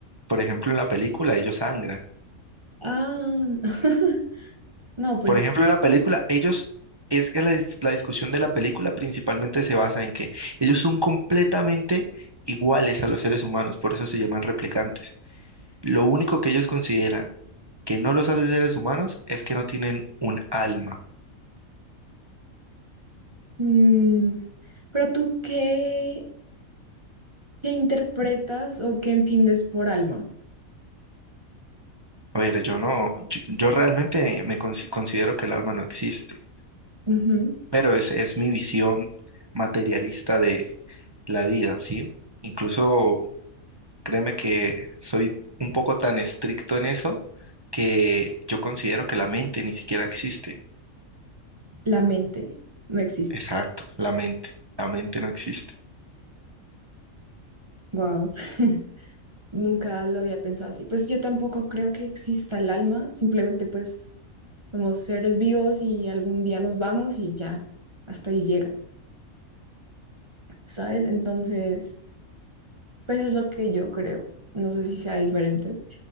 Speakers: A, on the right; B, on the right.
A: Por ejemplo, en la película ellos sangran.
B: Ah, <laughs> no, pues,
A: Por ejemplo,
B: es-
A: en la película, ellos, es que la, dis- la discusión de la película principalmente se basa en que ellos son completamente iguales a los seres humanos, por eso se llaman replicantes. Lo único que ellos consideran que no los hace seres humanos es que no tienen un alma.
B: mm, pero tú qué, qué interpretas o qué entiendes por alma?
A: A ver, yo no, yo, yo realmente me cons- considero que el alma no existe,
B: Ujú,
A: pero es, es mi visión materialista de la vida, ¿sí? Incluso Créeme que soy un poco tan estricto en eso que yo considero que la mente ni siquiera existe.
B: La mente no existe.
A: Exacto, la mente. La mente no existe.
B: Wow. <laughs> Nunca lo había pensado así. Pues yo tampoco creo que exista el alma, simplemente pues somos seres vivos y algún día nos vamos y ya, hasta ahí llega, ¿sabes? Entonces, pues es lo que yo creo. No sé si sea diferente.